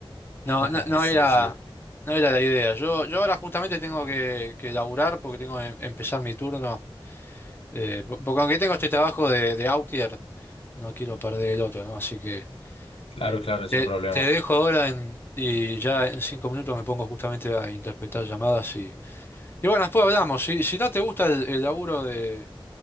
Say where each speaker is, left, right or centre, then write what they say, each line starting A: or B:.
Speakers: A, on the left (about 25°); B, on the left (about 85°).
A: no,
B: <laughs>
A: no, no
B: Sí,
A: era,
B: sí.
A: no era la idea. Yo, yo ahora justamente tengo que, que laburar porque tengo que empezar mi turno. eh, po- porque aunque tengo este trabajo de, de outlier, no quiero perder el otro, ¿no? Así que
B: Claro,
A: eh,
B: claro, es
A: te,
B: un problema.
A: te dejo ahora en- y ya en cinco minutos me pongo justamente a interpretar llamadas y, y bueno, después hablamos. Si, si no te gusta el, el laburo de,